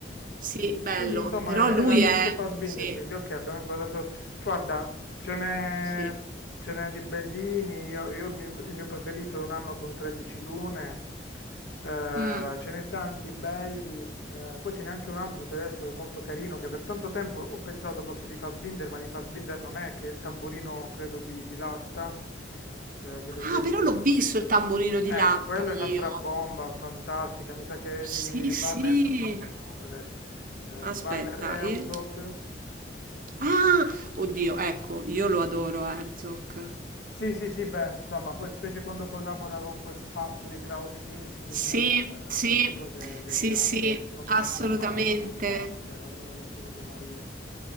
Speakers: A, on the right; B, on the left.
A: Sì, bello,
B: Quindi insomma
A: però lui
B: era il
A: è...
B: giusto Fassbinder,
A: Sì,
B: quindi ok, abbiamo inquadrato. Guarda, ce n'è
A: sì.
B: ce n'è di bellini, io, io il mio, il mio preferito è Un anno con 13 lune, eh,
A: Mm.
B: ce n'è tanti belli, eh, poi ce n'è anche un altro tedesco che è molto carino, che per tanto tempo ho pensato fosse di Fassbinder, ma di Fassbinder non è, che è il tamburino credo di, di latta, eh, credo si
A: Ah,
B: chiami
A: però
B: così.
A: l'ho visto il tamburino di
B: Eh,
A: latta
B: quello
A: io.
B: è un'altra bomba fantastica, mi sa che
A: Sì,
B: è di
A: sì.
B: Warner, no, cos'è? Eh,
A: Aspetta,
B: Warner Herzog.
A: il... Ah, oddio, ecco, io lo adoro Herzog.
B: Sì, sì, sì, beh, insomma, poi specie quando collabora con quel pazzo di Klaus Kinski,
A: Sì,
B: eh,
A: sì,
B: fanno cose deliranti,
A: sì, sì,
B: quando
A: assolutamente.
B: non si ammazzano, diciamo, cioè quando non rischiano di morire